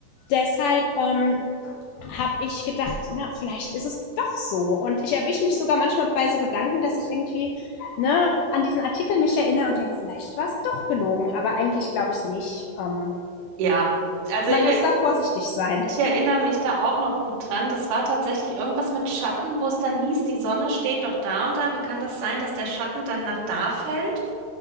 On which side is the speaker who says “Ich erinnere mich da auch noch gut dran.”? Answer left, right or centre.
Right